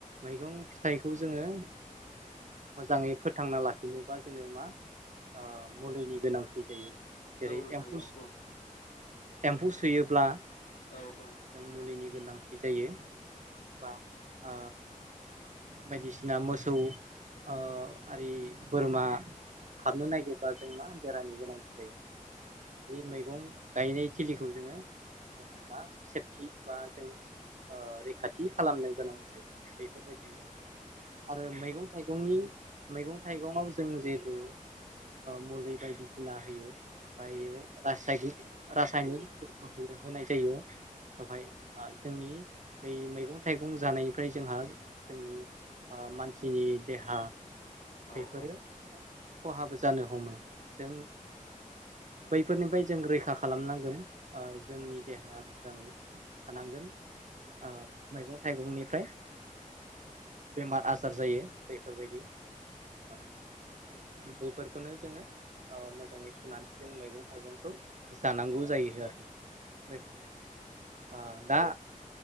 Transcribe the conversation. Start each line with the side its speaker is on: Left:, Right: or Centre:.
Right: मैगं-फिथाइखौ जोङो मोजाङै फोथांना लाखिनोबा जोङो मा ओ मुलिनि गोनांथि जायो
Left: नोंथां
Right: जेरै एम्फौ
Left: औ
Right: सु
Left: औ
Right: एम्फौ सुयोब्ला।
Left: औ औ
Right: जों मुलिनि गोनांथि जायो बा आ बायदिसिना मोसौ ओ आरि बोरमा हाबनो नागिरबा जों मा बेरानि गोनांथि जायो। बे मैगं गायनाय थिलिखौ जोङो। जों मा सेफटि बा जों ओ रैखाथि खालामनो गोनां जायो बेफोरबायदिया आरो मैगं थाइगंनि मैगं थाइगङाव जों जिहेतु मुलै बायदिसिना होयो। याव रासायनिक रासायनिक बुस्थु होनाय जायो। बेवहाय जोंनि बै मैगं थाइ गं जानायनिफ्राय जोंहा जोंनि मानसिनि देहा बेफोरो
Left: औ नोंथां औ नोंथां औ
Right: खहाबो जानो हमो जों बैफोरनिफ्राय जों रैखा खालामनांगोन जोंनि देहाया मोजाङै थानांगोन आ मैगं थाइगंनिफ्राय बेमार आजार जायो बेफोरबायदि आरो बैफोरखौनो जोङो मोजाङै सुनानै जों मैगं थाइगंखौ जानांगौ जायो आरो <unintelligible> ओ दा